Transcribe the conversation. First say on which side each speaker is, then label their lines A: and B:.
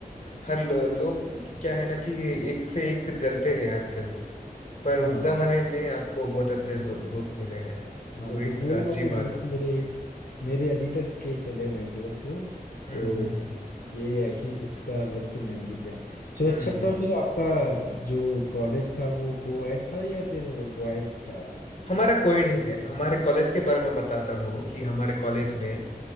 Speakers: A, on the left; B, on the left.
A: हर लो, लोग क्या है ना कि एक से एक जलते हैं आजकल पर
B: हाँ
A: उस जमाने में आपको बहुत अच्छे जो- दोस्त मिले हैं
B: हाँ
A: वो
B: तो
A: एक
B: वो
A: अच्छी
B: वाले
A: बात
B: दोस्त
A: है
B: मेरे मेरे अभी तक के चले हुए हैं दोस्त वो
A: हम्म
B: तो
A: हम्म
B: ये है कि उसका अलग से मेमोरीज हैं चलो
A: हम्म
B: अच्छा बताओ
A: हम्म
B: फिर आपका जो कॉलेज था वो को एड था या फिर बॉयज था
A: हमारा कोविड ही है हमारे कॉलेज के बारे में बताता हूँ कि हमारे कॉलेज में